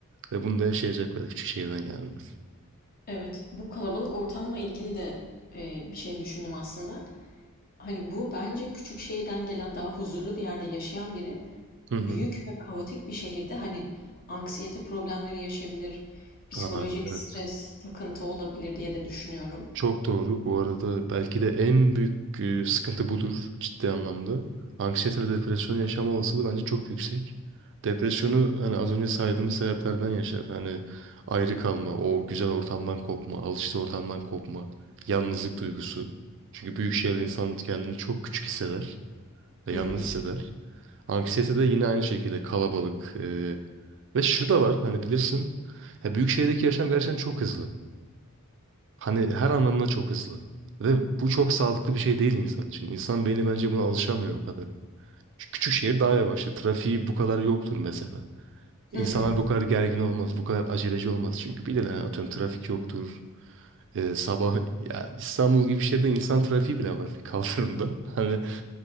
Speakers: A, on the right; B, on the left.
A: Ve bunu da yaşayacaklar küçük şehirden gelenler.
B: Evet, bu kalabalık ortamla ilgili de e, bir şey düşündüm aslında. Hani bu bence küçük şehirden gelen daha huzurlu bir yerde yaşayan biri
A: Hı hı.
B: büyük ve kaotik bir şehirde hani anksiyete problemleri yaşayabilir, psikolojik
A: Aa, evet.
B: stres, takıntı olabilir diye de düşünüyorum.
A: Çok doğru. Bu arada belki de en büyük e, sıkıntı budur ciddi anlamda. Anksiyete ve depresyon yaşama olasılığı bence çok yüksek. Depresyonu hani az önce saydığımız sebeplerden yaşar. Hani ayrı kalma, o güzel ortamdan kopma, alıştığı ortamdan kopma, yalnızlık duygusu. Çünkü büyük şehirde insan kendini çok küçük hisseder ve
B: Hı
A: yalnız
B: hı.
A: hisseder. Anksiyete de yine aynı şekilde kalabalık. e, ve şu da var hani bilirsin. Ya büyük şehirdeki yaşam gerçekten çok hızlı. Hani her anlamda çok hızlı. Ve bu çok sağlıklı bir şey değil insan için. İnsan beyni bence buna alışamıyor o kadar. Şu küçük şehir daha yavaştır. Trafiği bu kadar yoktur mesela.
B: Hı
A: İnsanlar
B: hı.
A: bu kadar gergin olmaz, bu kadar aceleci olmaz. Çünkü bilirler yani atıyorum trafik yoktur. Ee, sabah ya İstanbul gibi şehirde insan trafiği bile var <laughs> kaldırımda. Hani